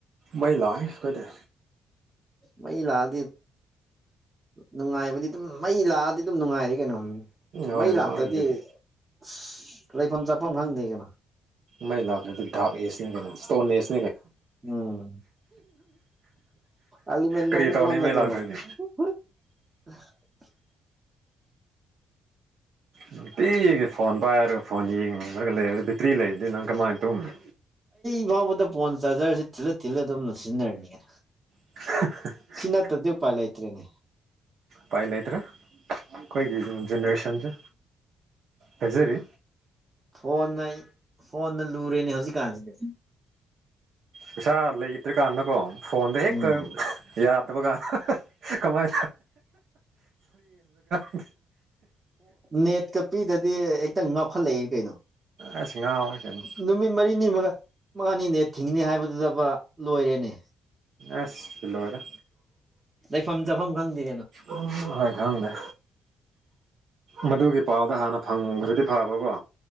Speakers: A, on the right; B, on the right.
A: ꯃꯩ ꯂꯛꯑꯦ ꯈꯣꯏꯗꯤ
B: ꯃꯩ ꯂꯥꯛꯑꯗꯤ ꯅꯨꯡꯉꯥꯏꯕꯗꯤ ꯑꯗꯨꯝ ꯃꯩ ꯂꯥꯛꯑꯗꯤ ꯑꯗꯨꯝ ꯅꯨꯡꯉꯥꯏꯔ ꯀꯩꯅꯣ
A: ꯍꯣꯏ
B: ꯃꯩ ꯂꯥꯛꯇꯗꯤ
A: ꯃꯥꯗꯨꯗꯤ
B: ꯑꯁ ꯂꯩꯐꯝ ꯆꯥꯐꯝ ꯈꯪꯗꯦ ꯀꯩꯅꯣ
A: ꯃꯥꯏ ꯂꯥꯛ꯭ꯔꯗꯤ ꯗꯔꯛ ꯑꯦꯁꯅꯤ ꯀꯩꯅꯣ ꯏꯁꯣꯟ ꯑꯦꯁ
B: ꯎꯝ ꯑꯂꯤꯃꯦꯟꯗ
A: ꯀꯔꯤ
B: ꯃꯨꯛ
A: ꯇꯧꯅꯤ
B: ꯑꯣꯜꯂꯅꯤꯕ
A: ꯃꯩ ꯂꯥꯛꯇ꯭ꯔꯗꯤ
B: ꯑ <unintelligible>
A: ꯅꯨꯡꯇꯤꯒꯤ ꯐꯣꯟ ꯄꯥꯏꯔ ꯐꯣꯟ ꯌꯦꯡꯉꯒ ꯂꯩ ꯇ꯭ꯔꯤ ꯂꯩꯗꯤ ꯅꯪ ꯀꯃꯥꯏꯅ ꯇꯧꯅꯤ
B: ꯏꯃꯐꯎꯗ ꯐꯣꯟ ꯆꯥꯔꯖꯔꯁꯦ ꯊꯤꯜꯂ ꯊꯤꯜꯂ ꯑꯗꯨꯝ ꯂꯁꯤꯟꯅꯔꯅꯤꯅ
A: <unintelligible>
B: ꯅꯠꯇꯗꯤ ꯎꯄꯥꯏ ꯂꯩꯇ꯭ꯔꯦꯅꯦ
A: ꯎꯄꯥꯏ ꯂꯩꯇ꯭ꯔꯦ ꯑꯩꯈꯣꯏꯒꯤ ꯖꯦꯅꯦꯔꯦꯁꯟꯁꯦ ꯐꯖꯔꯤ
B: ꯐꯣꯟꯅ ꯐꯣꯟꯅ ꯂꯨꯔꯦꯅꯦ ꯍꯧꯖꯤꯛꯀꯥꯟꯁꯤꯗꯤ
A: ꯄꯩꯁꯥ ꯂꯩꯇ꯭ꯔꯔꯤ ꯀꯥꯟꯅꯀꯣ ꯐꯣꯟꯗ ꯍꯦꯛꯇ
B: ꯎꯝ
A: ꯌꯥꯗꯕ ꯒ ꯀꯃꯥꯏ <unintelligible>
B: ꯅꯦꯠꯀ ꯄꯤꯗꯗꯤ ꯍꯦꯛꯇꯪ ꯉꯥꯎꯈꯠꯂꯛꯏꯦ ꯀꯩꯅꯣ
A: ꯑꯁ ꯉꯥꯎꯔꯦ ꯀꯩꯅꯣ
B: ꯅꯨꯃꯤꯠ ꯃꯔꯤꯅꯤꯃꯒ ꯃꯥꯅꯤꯅꯦ ꯊꯤꯡꯅꯤ ꯍꯥꯏꯕꯗꯨꯗꯕ ꯂꯣꯏꯔꯦꯅꯦ
A: ꯑꯁ ꯂꯣꯢꯔꯦ
B: ꯂꯩꯐꯝ ꯆꯥꯐꯝ ꯈꯪꯗꯦ
A: ꯎꯝ ꯍꯣꯏ ꯈꯪꯗ ꯃꯗꯨꯒꯤ ꯄꯥꯎꯗ ꯍꯥꯟꯅ ꯐꯪꯈ꯭ꯔꯗꯤ ꯐꯕꯀꯣ